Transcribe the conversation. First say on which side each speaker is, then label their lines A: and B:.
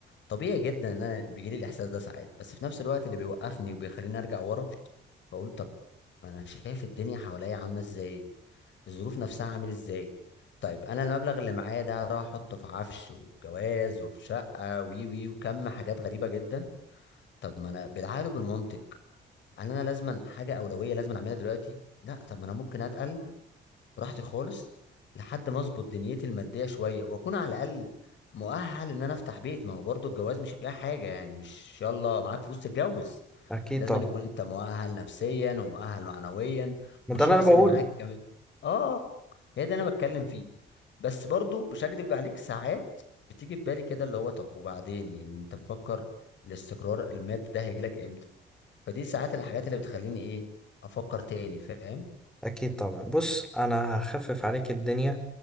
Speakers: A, on the left; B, in the centre.
A: طبيعي جدا إن أنا بيجيلي الإحساس ده ساعات بس في نفس الوقت اللي بيوقفني وبيخليني أرجع ورا بقول طب ما أنا شايف الدنيا حواليا عاملة إزاي الظروف نفسها عامل إزاي طيب أنا المبلغ اللي معايا ده هروح أحطه في عفش وجواز وفي شقة وي وي وكم حاجات غريبة جدا طب ما أنا بالعقل وبالمنطق هل انا لازما حاجه اولويه لازما اعملها دلوقتي لا طب ما انا ممكن اتقل براحتي خالص لحد ما اظبط دنيتي الماديه شويه واكون على الاقل مؤهل ان انا افتح بيت ما هو برضو الجواز مش اي حاجه يعني مش يلا معاك فلوس تتجوز
B: اكيد
A: لازم
B: طبعا
A: أن يكون انت مؤهل نفسيا ومؤهل معنويا
B: ما
A: والشخص
B: ده اللي انا بقوله
A: اللي معاك كمان اه هي ده انا بتكلم فيه بس برضو مش هكدب عليك ساعات بتيجي في بالي كده اللي هو طب وبعدين يعني انت مفكر الاستقرار المادي ده هيجي لك امتى فدي ساعات الحاجات اللي بتخليني ايه افكر تاني فاهم
B: اكيد طبعا بص انا هخفف عليك الدنيا